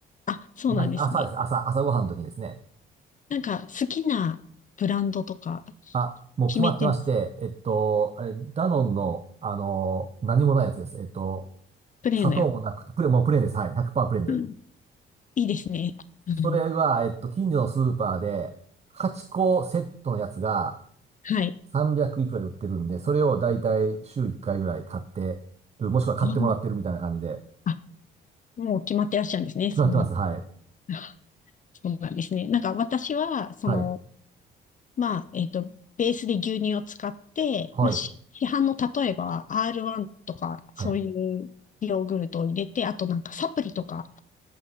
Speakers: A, on the left; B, on the right.
A: あ、あそうなんですね。
B: い、朝です。朝、朝ごはんの時にですね。
A: なんか、好きなブランドとか
B: あ、もう決まってまして、
A: 決めてます。
B: えっと、あれ、ダノンの、あの、何もないやつです。えっと、
A: プレーのやつ。
B: 砂糖もなくて、プレ、もうプレーンです。はい。100%プレーンで。
A: うんいいですね。うん、
B: それが、えっと、近所のスーパーで、8個セットのやつが
A: はい。
B: 300いくらで売ってるんで、それをだいたい週1回ぐらい買ってる、もしくは買ってもらってるみたいな感じで、
A: うんあ、もう決まってらっしゃるんですね。
B: 決まってます。
A: その、
B: はい。
A: <laughs> あそうなんですね。なんか、私は、その、
B: はい。
A: まあ、えっと、ベースで牛乳を使って、
B: はい。
A: まあ、市市販の例えば R1 とか、
B: はい。
A: そういうヨーグルトを入れて、あとなんかサプリとか、